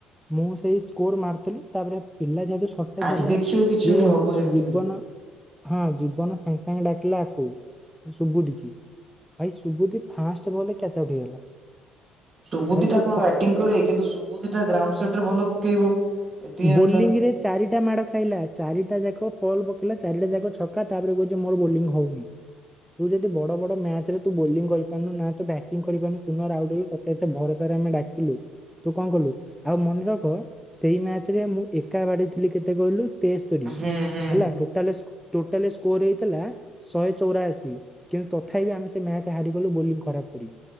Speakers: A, in the centre; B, on the right.
A: ମୁଁ ସେଇ ସ୍କୋର ମାରିଥିଲି, ତାପରେ ପିଲା ଯେହେତୁ ସଟେଜ
B: ଆଜି
A: ହେଲେ,
B: ଦେଖିବ କିଛି
A: ଯେ
B: ଗୋଟେ ହବ ଯେମିତି
A: ଜୀବନ
B: ହେଲେ।
A: ହଁ ଜୀବନ ସାଙ୍ଗେ ସାଙ୍ଗେ ଡାକିଲା ଆକୁ ସୁବୁଧି କିି ଭାଇ ସୁବୁଧି ଫାଷ୍ଟ ବଲ ରେ କ୍ୟାଚ୍ ଆଉଟ୍ ହେଇଗଲା।
B: ସୁବୁଧି
A: ଭାଇ
B: ଟା
A: ତୁ
B: କଣ ବ୍ୟାଟିଂ କରେ, କିନ୍ତୁ ସୁବୁଧିଟା ଗ୍ରାଉଣ୍ଡ ସେଟରେ ଭଲ ପକେଇବ। ଏତିକି ଜାଣିଥାଉ
A: ବୋଲିଂରେ ଚାରିଟା ମାଡ ଖାଇଲା, ଚାରିଟା ଯାକ ବଲ୍ ପକେଇଲା ଚାରିଟା ଯାକ ଛକା, ତାପରେ କହୁଛି ମୋର ବୋଲିଂ ହଉନି। ତୁ ଯଦି ବଡ ବଡ ମ୍ୟାଚରେ ତୁ ବୋଲିଂ କରିପାରୁନୁ ନା ତ ବଟିଂ କରିପାରୁନୁ ସୁନରେ ଆଉଟୁ ତତେ ଏତେ ଭରସା ଆମେ ଡାକିଲୁ ତୁ କଣ କଲୁ ଆଉ ମନେ ରଖ ସେଇ ମ୍ୟାଚ ମୁଁ ଏକା ବାଡ଼େଇ ଥିଲି କେତେ କହିଲୁ ତେସ୍ତରୀ
B: ହୁଁ ହୁଁ
A: ହେଲା ଟୋଟାଲ ସ ଟୋଟାଲ ସ ସ୍କୋର ହେଇଥିଲା ଶହେ ଚଉରାଅଶୀ କିନ୍ତୁ ତଥାପି ଆମେ ସେ ମ୍ୟାଚ ହାରିଗଲୁ ବୋଲିଂ ଖରାପ କରିବୁ।